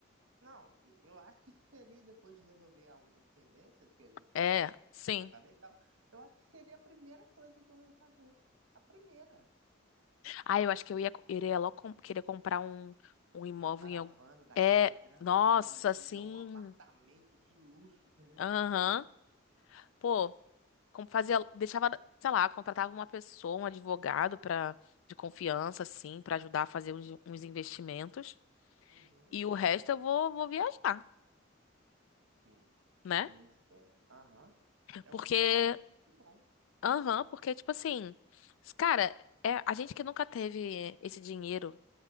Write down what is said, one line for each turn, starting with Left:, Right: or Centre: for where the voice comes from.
Right: Não, e- eu acho que seria depois de resolver algumas pendências que a gente,
Left: É,
Right: né, vai,
Left: sim.
Right: vai fazer e tal. Eu acho que seria a primeira coisa que eu ia fazer. A primeira.
Left: Ah, eu acho que eu ia, iria logo com- querer comprar um, um imóvel
Right: uma caravana
Left: em algum.
Right: daquelas
Left: É,
Right: grandona
Left: nossa,
Right: que
Left: sim.
Right: é um apartamento de luxo <laughs> dentro desse
Left: Aham.
Right: bagulho.
Left: Pô, como fazia, deixava, sei lá, contratava uma pessoa, um advogado para de confiança, assim, pra ajudar a fazer uns, uns investimentos.
Right: Uhum.
Left: E o resto eu vou, vou viajar,
Right: Sim,
Left: né?
Right: muito certo. Aham. É
Left: Porque,
Right: um plano muito bom.
Left: aham, porque, tipo assim, cara, é, a gente que nunca teve esse dinheiro.